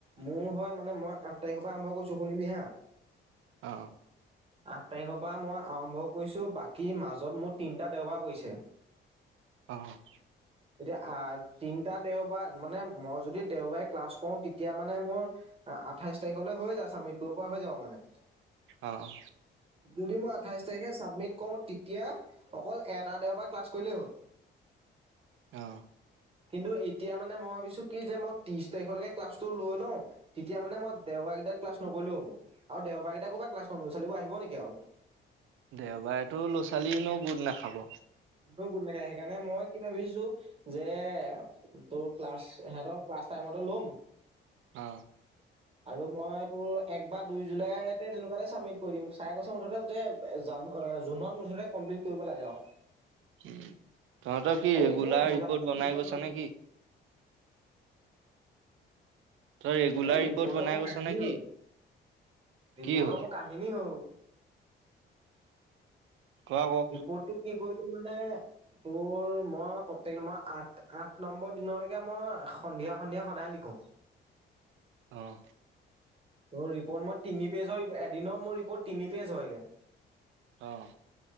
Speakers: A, on the right; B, on the right.
A: মোৰ হয় মানে মই তাৰিখ পৰা আৰম্ভ কৰিছো শুনিবি হা।
B: অ
A: আঠ তাৰিখৰ পৰা মই আৰম্ভ কৰিছো বাকী মাজত মোৰ তিনিটা দেওবাৰ পৰিছে।
B: অহ ',
A: এতিয়া আ তিনিটা দেও বা মানে মই যদি দেওবাৰে ক্লাছ কৰো তেতিয়া মানে মোৰ আঠাইশ তাৰিখলৈ হৈ যায় ছাবমিট কৰিব পৰা হৈ যাব মানে।
B: অহ ',
A: যদি মই আঠাইছ তাৰিখে ছাবমিট কৰো তেতিয়া অকল এটা দেওবাৰ ক্লাছ কৰিলেই হ'ল।
B: অহ ',
A: কিন্তু এতিয়া। মানে মই ভাবিছো কি যে মই ত্ৰিশ তাৰিখলৈকে ক্লাটো লৈ লওঁ তেতিয়া মানে মই দেওবাৰ কেইট ক্লা নকৰিলেও হব আৰু দেওব গীইটা কবা কোনে ক্লাছ ছোৱালীবোৰ আহিব নেকি আৰু
B: দেওবাৰে এইটো ল'ৰা ছোৱালীনো বহুত নাখাব।
A: গোট নেখা সেইকাৰণে মই কি ভাবিছো যে তোৰ ক্লাছ সিহতৰ ক্লাছ টাইমতে লম।
B: অহ ',
A: আৰু মই তোৰ এক বা দুই জুলাইতে তেনেকুৱাতে চাবমিট কৰি দিম চাই কৈছে মুঠতে যে জান জুনত মুঠতে কমপ্লিট কৰিব লাগে আৰু।
B: উম, তহতৰ কি
A: আৰু
B: ৰেগুলাৰ
A: এনেও জুলাইতে
B: ৰিপৰ্ট বনাই
A: থাকিব নোৱাৰিতো
B: গৈছা নেকি? তই ৰেগুলাৰ
A: এ
B: ৰিপৰ্ট
A: ৰিপৰ্টৰ
B: বনাই
A: মোৰ
B: গৈছ
A: কাহিনী
B: নে কি?
A: হল ৰিপৰ্টৰ
B: কি হ'ল
A: মোৰ কাহিনী হ'ল।
B: ক আকৌ
A: ৰিপৰ্টটো কি? কলো মানে তোৰ মই প্ৰত্যেক মাহ আঠ - আঠ নম্বৰ দিনলৈকে মই সন্ধিয়া - সন্ধিয়া সদায় লিখো।
B: অহ ',
A: মোৰ ৰিপৰ্ট মই তিনি পেজৰ এদিনৰ মোৰ ৰিপৰ্ট তিনি পেজ হয়গৈ।
B: অহ',